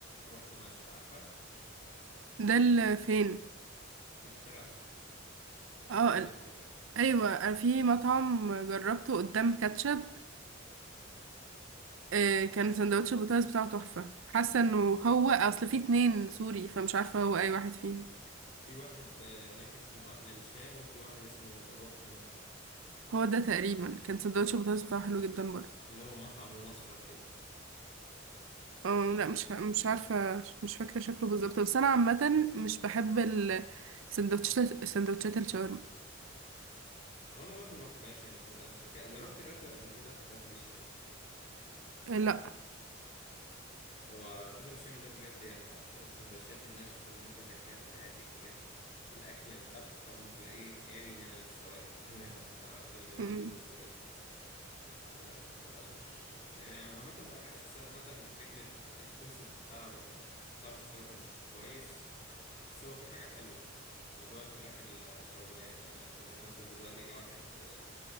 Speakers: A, on the left (about 35°); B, on the right (about 80°).
A: روح دمشق عارفة
B: ده ال- فين
A: في الترعة
B: اه
A: في اول
B: ال-
A: الترعة
B: ايوه أنا في مطعم جربته قدام كاتشب آه، كان سندوتش البطاطس بتاعه تحفة حاسة انه هو اصل في اتنين سوري فمش عارفة
A: أه.
B: هو اي واحد فيهم
A: في واحد آه، هناك اسمه أهل الشام وفي واحد اسمه روح دمشق
B: هو ده تقريبا كان سندوتش بطاطس بتاعه حلو جدا برضه
A: اللي هو مطعم لون أصفر كده
B: اه لا مش فا... مش عارفه مش فاكره شكله بالظبط بس انا عامه مش بحب السندوتشات سندوتشات سندوتشات الشاورما
A: وأنا برضو ما بحبهاش يعني بتبقى أنا شوية ك- جربت الراتب قبل كده الراتب الشامي
B: آه، لا
A: هو الراتب الشامي ده بجد يعني من أكتر السندوتشات الناشفة اللي ممكن تاكليها في حياتك بجد الأكل بتاعهم تلاقيه خالي من السوائل <laughs> تماما ما تعرفش بيعملوا
B: مم.
A: كده إزاي آه لا مش يعني عم- عامة بحس عامة فكرة الكونسبت بتاع طعم الشاورما مش كويس بس هو في حاجة حلوة موضوع الفراخ الشواية ان انا ان انا مثلا دلوقتي كواحد آه،